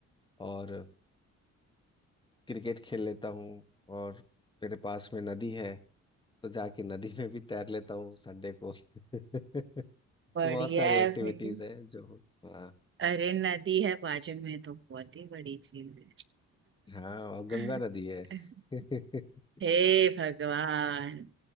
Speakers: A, on the left; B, on the right.
A: और क्रिकेट खेल लेता हूँ और मेरे पास में नदी है तो जाके नदी में भी तैर लेता हूँ संडे को <laughs>
B: बढ़िया
A: बहुत सारी
B: है
A: एक्टिविटीज
B: भाई
A: है जो हाँ
B: अरे नदी है बाजू में तो बहुत ही बड़ी चीज
A: हाँ और गंगा
B: है
A: नदी है
B: <laughs>
A: <laughs>
B: हे भगवान